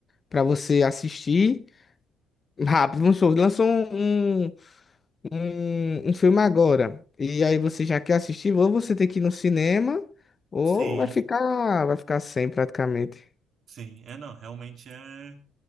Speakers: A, on the left; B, on the right.
A: pra você assistir rápido. Vamos supor, lançou um, um, um filme agora. E aí você já quer assistir, ou você tem que ir no cinema, ou
B: Sim,
A: vai ficar, vai ficar sem praticamente.
B: sim. É não, realmente é